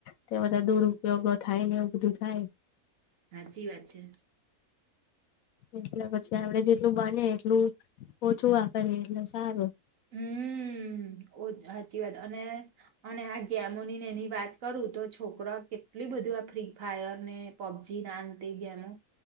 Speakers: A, on the left; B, on the right.
A: તે, બધા દુરુપયોગો થાય ને, એવું બધું થાય
B: સાચી વાત છે.
A: એટલે પછી, આપડે જેટલું બને એટલું ઓછુંવા કરીએ, એટલે સારું.
B: હમ, સાચી વા અને, અને આ ગેમોની. એની વાત કરું, તો છોકરા કેટલી બધું આ ફ્રી ફાયર, ને પબજી નાનતી, ગેમો.